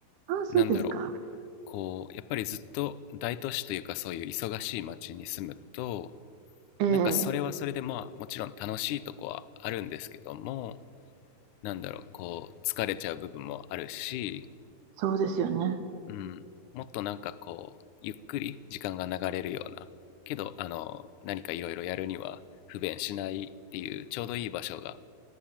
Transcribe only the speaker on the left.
なんだろう。こう、やっぱりずっと大都市というかそういう忙しい町に住むと、
なんかそれはそれでまあもちろん楽しいとこはあるんですけども、なんだろう、こう疲れちゃう部分もあるし、
うん、もっとなんかこうゆっくり時間が流れるようなけどあの何かいろいろやるには不便しないっていうちょうどいい場所が